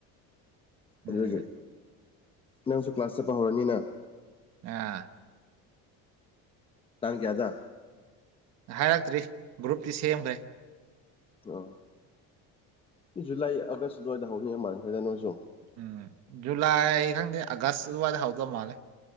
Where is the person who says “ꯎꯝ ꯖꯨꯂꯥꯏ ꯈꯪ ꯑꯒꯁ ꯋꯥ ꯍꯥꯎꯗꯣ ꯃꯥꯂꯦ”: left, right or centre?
Right